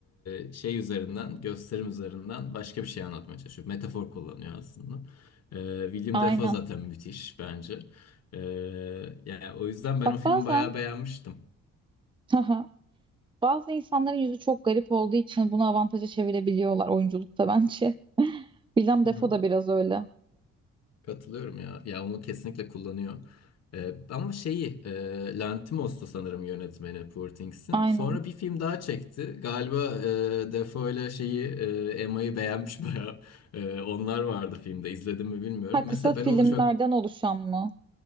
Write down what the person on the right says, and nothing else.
Aynen.
Bak
bazen
<laughs> Bazı insanların yüzü çok garip olduğu için bunu avantaja çevirebiliyorlar oyunculukta bence. <laughs> Willem
Dafoe
da biraz öyle.
Aynen.
Ha kısa
filmlerden
oluşan mı?